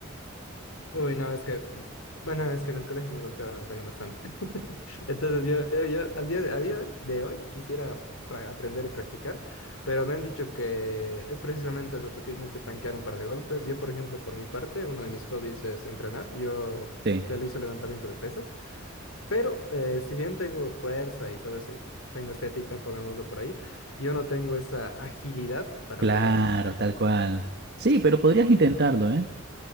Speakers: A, on the left; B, on the right.
A: Uy, no, es que, mm, bueno, es que en el colegio me golpeaban también bastante. <laughs> Entonces yo, yo- yo al día de, a día de hoy quisiera pra- aprender y practicar, pero me han dicho que es precisamente eso, te tienes que tanquear un par de golpes. Yo, por ejemplo, por mi parte, uno de mis hobbies es entrenar. Yo
B: Sí.
A: realizo levantamiento de pesas, pero eh, si bien tengo fuerza y todo eso, y tengo estética, pongámoslo por ahí, yo no tengo esa agilidad para
B: Claro,
A: pelear.
B: tal cual. Sí, pero podrías intentarlo, ¿eh?